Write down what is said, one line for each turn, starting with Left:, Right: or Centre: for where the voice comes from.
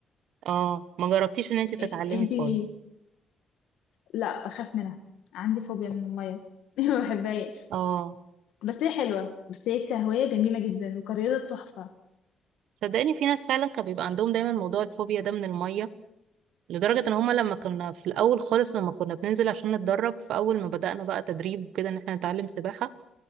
Right: اه ما جربتيش ان انت تتعلمي
Left: إيه- انتي
Right: خالص
Left: لا بخاف منها عندي فوبيا من المية <laughs> ما بحبهاش
Right: اه
Left: بس هي حلوة بس هي كهواية جميلة جدا وكرياضة تحفة
Right: صدقني في ناس فعلا كان بيبقى عندهم دايما موضوع الفوبيا ده من الميه لدرجة ان هما لما كنا في الاول خالص لما كنا بننزل عشان نتدرب في اول ما بدأنا بقى تدريب كده ان احنا نتعلم سباحة